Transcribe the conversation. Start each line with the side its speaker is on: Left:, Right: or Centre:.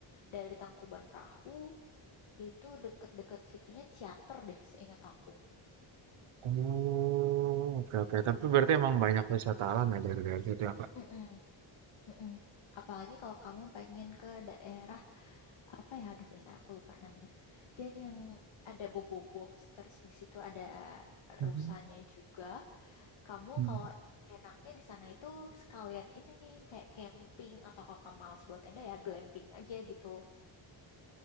Left: dari Tangkuban Perahu itu deket-deket situnya Ciater deh seingat aku.
Right: Oh, oke oke. Tapi berarti emang banyak wisata alam ya dari dari situ ya, Kak?
Left: Mm-mm. Mm-mm. Apalagi kalau kamu pengen ke daerah apa ya? Aduh, bentar aku lupa namanya. Dia yang ada bobo box terus di situ ada
Right: Mhm,
Left: rusanya juga. Kamu
Right: mhm.
Left: kalau enaknya di sana itu sekalian ini nih kayak camping atau kalau kamu malas buat tenda ya glamping aja gitu.